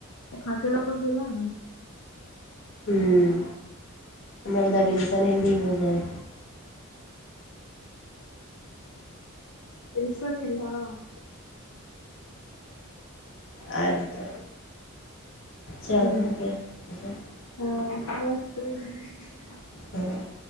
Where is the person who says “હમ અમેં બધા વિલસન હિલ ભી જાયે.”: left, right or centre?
Left